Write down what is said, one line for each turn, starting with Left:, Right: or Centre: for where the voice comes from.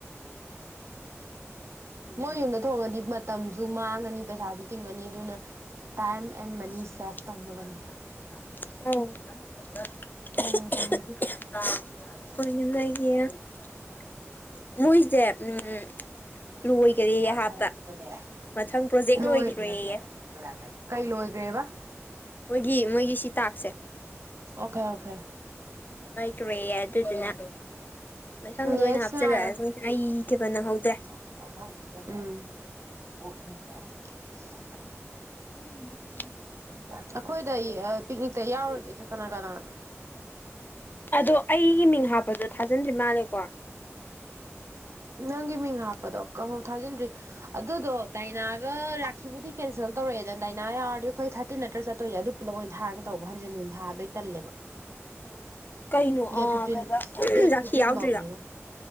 Right: ꯃꯣꯏ ꯌꯨꯝꯗ ꯊꯣꯡꯉꯗꯤ ꯃꯇꯝꯁꯨ ꯃꯥꯡꯉꯅꯤ ꯄꯩꯁꯥꯁꯨ ꯇꯤꯡꯉꯅꯤ ꯑꯗꯨꯅ ꯇꯥꯏꯝ
Left: <unintelligible>
Right: ꯑꯦꯟ ꯃꯅꯤ ꯁꯦꯚ ꯇꯧꯅꯕꯅꯦ ꯇꯧꯉꯣꯏꯗꯧ
Left: <unintelligible> ꯃꯣꯏꯁꯦ ꯎꯝ ꯂꯣꯏꯈꯔꯦꯌꯦ
Right: ꯃꯊꯧꯁꯤꯒꯅꯦ
Left: ꯍꯥꯞꯄ ꯃꯊꯪ ꯄ꯭ꯔꯣꯖꯦꯛ
Right: ꯂꯣꯏꯈꯅꯅꯦ
Left: ꯂꯣꯏꯈ꯭ꯔꯦꯌꯦ
Right: <unintelligible> ꯀꯩ ꯂꯣꯏꯒꯔꯦꯕ
Left: ꯃꯣꯏꯒꯤ ꯃꯣꯏꯒꯤ ꯁꯤꯇꯥꯛꯁꯦ
Right: ꯑꯣꯀꯦ ꯑꯣꯀꯦ
Left: ꯇ꯭ꯔꯦ ꯑꯗꯨꯗꯨꯅ ꯃꯊꯪꯗꯣ
Right: ꯅꯦꯛꯁ
Left: ꯑꯣꯏꯅ ꯍꯥꯞꯆꯔꯛꯑꯁꯤꯅꯦ
Right: ꯉꯥꯏꯔꯣ
Left: ꯑꯩ ꯊꯦꯕ ꯅꯪꯍꯧꯗ꯭ꯔꯦ
Right: ꯎꯝ
Left: ꯎꯝ <unintelligible>
Right: ꯑꯩꯈꯣꯏꯗ ꯄꯤꯛꯅꯤꯛꯇ ꯌꯥꯎꯔꯣꯢꯗꯣꯏꯁꯦ ꯀꯅꯥ ꯀꯅꯥꯅꯣ
Left: ꯑꯗꯣ ꯑꯩꯒꯤ ꯃꯤꯡ ꯍꯥꯞꯄꯗꯣ ꯊꯥꯖꯤꯟꯗ꯭ꯔꯤ ꯃꯥꯜꯂꯦꯀꯣ
Right: ꯅꯪꯒꯤ ꯃꯤꯡ ꯍꯥꯞꯄꯗꯣ ꯀꯍꯧ ꯊꯥꯖꯤꯟꯗ꯭ꯔꯤ ꯑꯗꯨꯗꯣ ꯗꯥꯏꯅꯥꯒ ꯁꯤꯕꯨꯗꯤ ꯀꯦꯟꯁꯦꯜ ꯇꯧꯔꯛꯑꯦꯅ ꯂꯗꯥꯅꯥ ꯌꯥꯎꯔꯗꯤ ꯑꯩꯈꯣꯏ ꯊꯥꯔꯇꯤꯟ ꯅꯠꯇ꯭ꯔ ꯆꯠꯇꯣꯏꯁꯦ ꯑꯗꯨ ꯄꯨꯂꯞ ꯑꯣꯏꯅ ꯊꯥꯒꯦ ꯇꯧꯕ ꯍꯥꯟꯖꯤꯟ ꯍꯥꯟꯖꯤꯟ ꯊꯥꯕꯗꯣ ꯑꯩ ꯇꯥꯜꯂꯦꯕ
Left: ꯀꯩꯅꯣ ꯑ
Right: ꯗꯦꯠ ꯐꯤꯞꯇꯤꯟ
Left: ꯀꯩꯕ
Right: ꯗꯦꯠ
Left: ꯔꯥꯈꯤ
Right: ꯐꯤꯞꯇꯤꯟ
Left: ꯌꯥꯎꯗ꯭ꯔꯤꯔꯥ
Right: ꯐꯥꯎꯅꯤꯅ